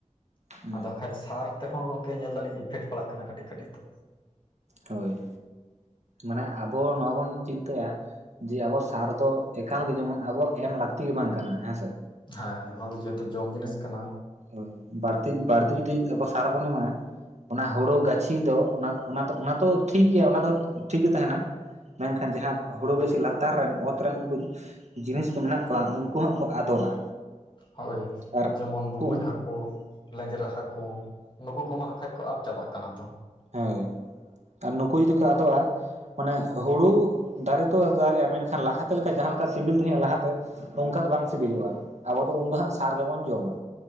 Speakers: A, on the right (about 65°); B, on the left (about 40°).
A: ᱦᱩᱸ
B: ᱟᱫᱚ ᱠᱷᱟᱡ ᱥᱟᱨ ᱛᱮᱦᱚᱸ ᱜᱚᱝᱠᱮ ᱧᱮᱞ ᱫᱟᱞᱤᱧ ᱤᱧᱯᱷᱮᱠᱴ ᱯᱟᱲᱟᱜ ᱠᱟᱱᱟ, ᱠᱟᱹᱴᱤᱡ ᱠᱟᱹᱟᱹᱴᱤᱡ ᱛᱚ᱾
A: ᱦᱳᱭ ᱢᱟᱱᱮ ᱟᱵᱚ ᱱᱚᱣᱟ ᱵᱚᱱ ᱪᱤᱱᱛᱟᱹᱭᱟ ᱡᱮ ᱟᱵᱚ ᱥᱟᱨ ᱫᱚ ᱮᱠᱟᱞᱜᱮ ᱡᱮᱢᱚᱱ ᱟᱵᱚ ᱮᱢ ᱞᱟᱹᱠᱛᱤ ᱜᱮ ᱵᱟᱝ ᱠᱟᱱᱟ ᱦᱮᱸᱥᱮ
B: ᱦᱮᱸ ᱱᱚᱣᱟ ᱫᱚ ᱡᱚᱛᱚ ᱡᱚᱢ ᱡᱤᱱᱤᱥ ᱠᱟᱱᱟ
A: ᱦᱳᱭ ᱵᱟᱹᱲᱛᱤ ᱵᱟᱲᱛᱤ ᱡᱩᱫᱤ ᱟᱵᱚ ᱥᱟᱨ ᱵᱚᱱ ᱮᱢᱟᱜ-ᱟ ᱚᱱᱟ ᱦᱳᱲᱳ ᱜᱟᱹᱪᱷᱤ ᱫᱚ ᱚᱱᱟ.. ᱚᱱᱟ ᱫᱚ ᱚᱱᱟ ᱛᱚ ᱴᱷᱤᱠ ᱜᱮᱭᱟ ᱚᱱᱟ ᱫᱚ ᱴᱷᱤᱠ ᱜᱮ ᱛᱟᱦᱮᱱᱟ ᱢᱮᱱᱠᱷᱟᱱ ᱡᱟᱦᱟ ᱦᱳᱲᱳ ᱜᱟᱹᱪᱷᱤ ᱞᱟᱛᱟᱨ ᱨᱮᱱ ᱚᱛ ᱨᱮᱱ ᱩᱱᱠᱩ ᱡᱤᱱᱤᱥ ᱠᱚ ᱢᱮᱱᱟᱜ ᱠᱚᱣᱟ ᱩᱱᱠᱩ ᱦᱚᱸ ᱠᱚ ᱟᱫᱚᱜᱼᱟ
B: ᱦᱳᱭ
A: ᱟᱨ
B: ᱡᱮᱢᱚᱱ ᱵᱩᱢᱵᱩᱡ
A: ᱩᱱ
B: ᱦᱟᱹᱠᱚ ᱞᱮᱡᱽᱨᱟ ᱦᱟᱹᱠᱩ ᱱᱩᱠᱩ ᱠᱚ ᱢᱟ ᱟᱠᱷᱟᱱᱡ ᱠᱚ ᱟᱫ ᱪᱟᱵᱟᱜ ᱠᱟᱱᱟ ᱛᱚ
A: ᱦᱳᱭ ᱟᱨ ᱱᱩᱠᱩ ᱡᱩᱫᱤ ᱠᱚ ᱟᱫᱚᱜᱼᱟ ᱢᱟᱱᱮ ᱦᱩᱲᱩ ᱫᱟᱨᱮ ᱛᱚ ᱫᱟᱨᱮᱜᱼᱟ ᱢᱮᱱᱠᱷᱟᱱ ᱞᱟᱦᱟᱛᱮ ᱞᱮᱠᱟ ᱡᱟᱦᱟᱸ ᱞᱮᱠᱟ ᱥᱤᱵᱤᱞ ᱛᱮᱦᱮᱸᱜᱼᱟ ᱞᱟᱦᱟᱛᱮ ᱚᱱᱠᱟ ᱫᱚ ᱵᱟᱝ ᱥᱤᱵᱤᱞᱚᱜᱼᱟ ᱟᱵᱚ ᱫᱚ ᱩᱱᱫᱚ ᱦᱟᱸᱜ ᱥᱟᱨ ᱜᱮ ᱵᱚᱱ ᱡᱚᱢ-ᱟ